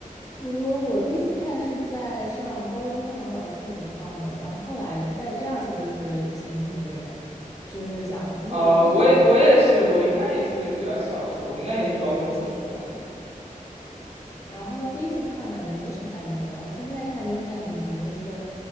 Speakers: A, on the left; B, on the right.
A: 不多，我第一次看是在上高中，然后老师给我们放的，然后后来在第二次就是前几个月，就是讲就是然后就是每
B: 啊、我也我也是，我应该也是比较小的时候，我应该也是高中时候去看的，
A: 然后第一次看感觉没什么感觉，然后现在看就是感觉就是，